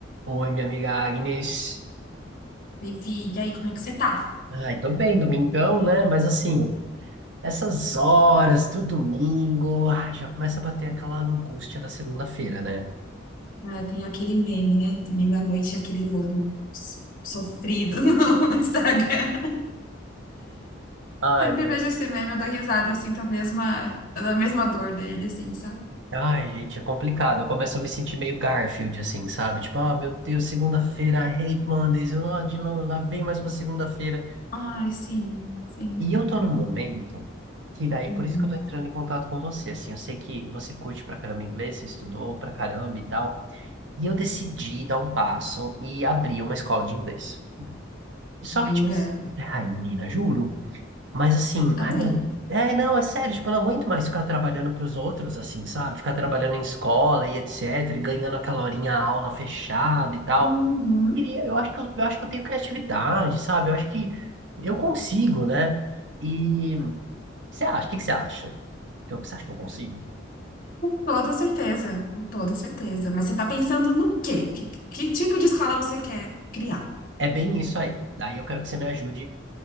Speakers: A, on the right; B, on the left.
A: Oi, minha amiga Agnes.
B: Vivi, e aí, como é que você tá?
A: Ai, tô bem, domingão, né? Mas assim, essas horas do domingo, ai, já começa a bater aquela angústia da segunda-feira, né?
B: Ah, tem aquele meme, né? Domingo à noite, aquele lobo s- sofrido <laughs> no Instagram.
A: Ai,
B: Sempre
A: meu.
B: vejo esse meme, eu dou risada, eu sinto a mesma, a mesma dor dele, assim, sabe?
A: Ai, gente, é complicado. Eu começo a me sentir meio Garfield, assim, sabe? Tipo, ah, meu Deus, segunda-feira, I hate Mondays, eu, ah, de lá, lá vem mais uma segunda-feira.
B: Ai, sim, sim.
A: E eu tô num momento que daí,
B: Uhum.
A: por isso que eu tô entrando em contato com você, assim, eu sei que você curte pra caramba inglês, você estudou pra caramba e tal. E eu decidi dar um passo e abrir uma escola de inglês. Só
B: Jura?
A: que, tipo assim, ai, menina, juro. Mas assim,
B: Amei.
A: ai, não. É, não, é sério, tipo, eu não aguento mais ficar trabalhando pros outros, assim, sabe? Ficar trabalhando em escola e etc, e ganhando aquela horinha a aula fechada e tal.
B: Uhum.
A: Queria- Eu acho que eu, eu acho que eu tenho criatividade, sabe? Eu acho que eu consigo, né? E o que você acha? O que que você acha? Que eu- Você acha que eu consigo?
B: Com toda certeza, com toda certeza. Mas você tá pensando no quê? Que, que tipo de escola você quer criar?
A: É bem isso aí. Daí eu quero que você me ajude,